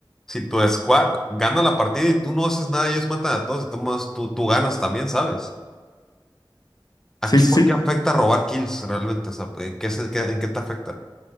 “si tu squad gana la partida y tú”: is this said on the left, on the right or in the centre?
Centre